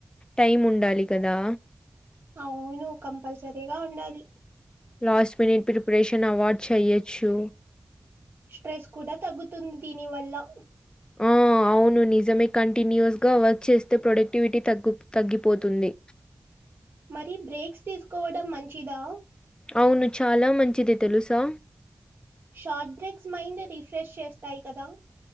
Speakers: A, on the left; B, on the right.
A: టైం ఉండాలి కదా
B: అవును కంపల్సరగా ఉండాలి
A: లాస్ట్ మినిట్ ప్రిపరేషన్ అవాయిడ్ చెయ్యొచ్చు
B: స్ట్రెస్ కూడా తగ్గుతుంది దీనివల్ల
A: ఆ! అవును నిజమే కంటిన్యూస్ గా వర్క్ చేస్తే ప్రొడక్టివిటీ తగ్ తగ్గిపోతుంది
B: మరి బ్రేక్స్ తీసుకోవడం మంచిదా
A: అవును చాలా మంచిది తెలుసా
B: షార్ట్ బ్రేక్స్ మైండ్ రిఫ్రెష్ చేస్తాయి కదా